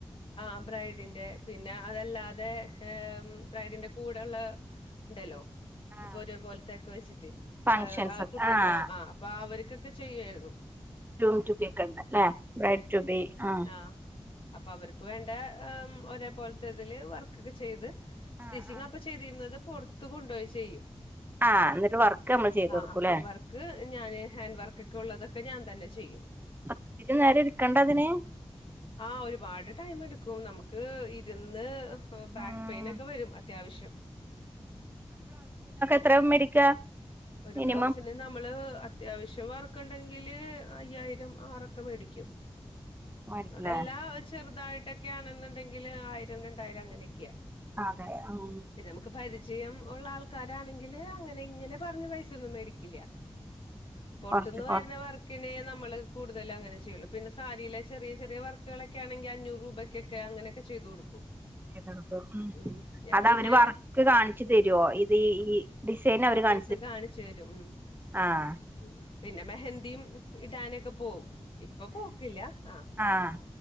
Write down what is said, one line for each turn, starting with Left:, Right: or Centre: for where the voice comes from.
Left: ആ ബ്രൈഡിന്റെ പിന്നെ അതല്ലാതെ ബ്രൈഡിന്റെ കൂടെള്ള ഇണ്ടല്ലോ.
Right: ആ
Left: പ്പ ഒരേ പോലത്തൊക്കെ വെച്ചിട്ട്
Right: ഫങ്ഷൻസ്
Left: ആ ആ
Right: ഒക്കെ
Left: കുട്ടികൾ
Right: ആഹ്
Left: ആ ആ അപ്പൊ അവർ ക്കൊക്കെ ചെയ്യായിരുന്നു
Right: ഗ്രും റ്റു ബി ഒക്കണ്ട് അല്ലേ ബ്രൈഡ് റ്റു ബി
Left: ആഹ്
Right: ആ
Left: ആഹ് അപ്പൊ അവർക്ക് വേണ്ട ഒരേ പോലത്തെ ഇതില് വർക്ക്ക്കൊക്കേ ചെയ്ത് സ്റ്റിച്ചിങ്
Right: ആഹ് ആഹ്
Left: അപ്പൊ ചെയ്തിരുന്നത് പൊറത്ത് കൊണ്ടുപോയി ചെയ്യും
Right: ആഹ് എന്നിട്ട് വർക്ക് നമ്മൾ ചെയ്ത്
Left: ആ
Right: കൊടുക്കൂല്ലേ
Left: വർക്ക് ഞാന് ഹാൻഡ് വർക്ക് ഒക്കെ ഉള്ളതൊക്കെ ഒക്കെ ഞാൻ തന്നെ ചെയ്യും
Right: ഒത്തിരി നേരം ഇരിക്കണ്ടേ അതിന്?
Left: ആ ഒരുപാട് ടൈം എടുക്കും നമുക്ക് ഇരുന്ന് ബാക്ക്
Right: ഉം
Left: പെയിൻ ഒക്കെ വരും അത്യാവശ്യം
Right: എത്രാ മേടിക്കാ.?
Left: ഒരു
Right: മിനിമം
Left: ബ്ലൗസിന് നമ്മള് അത്യാവശ്യം വർക്കണ്ടെങ്കിൽ. അതിന് അയ്യായിരം ആറക്ക മേടിക്കും.
Right: മേടിക്കൂലേ
Left: അതെല്ല ചെറുതായിട്ടൊക്കെയാണെന്നുണ്ടെങ്കില് ആയിരം രണ്ടായിരം അങ്ങനെയൊക്കെയാണ്.
Right: അതെ ഉം
Left: പിന്നെ നമുക്ക്പ്പ വിജയം ഉള്ള ആൾക്കാരാണെങ്കിൽ അങ്ങനെ ഇങ്ങനെ പറഞ്ഞ പൈസൊന്നും മേടിക്കില്ല പുറത്തുന്ന്
Right: കൊറച്ച്
Left: വരുന്ന
Right: കൊറ
Left: വർക്കിനെ നമ്മള് കൂടുതല് അങ്ങനെ ചെയ്യുള്ളൂ പിന്നെ സാരില ചെറിയ ചെറിയ വർക്കുകളൊക്കെ ആണെങ്കിൽ അഞ്ഞൂറ് രൂപയ്ക്കൊക്കെ അങ്ങനൊക്കെ ചെയ്തു കൊടുക്കും
Right: എന്താണ് പ്പൊ
Left: ഉം ഞാൻ
Right: അത
Left: പിന്നെ
Right: അവര് വർക്ക് കാണിച്ചു തരുവോ ഇത്ഈ ഡിസൈൻ അവര് കാണ
Left: ഡിസ് കാണിച്ചു തരും ഉം
Right: ആഹ
Left: ഉം പിന്നെ മെഹന്തി ഇടാനൊക്കെ പോവും ഇപ്പൊ പോക്കില്ല. ആ
Right: ആഹ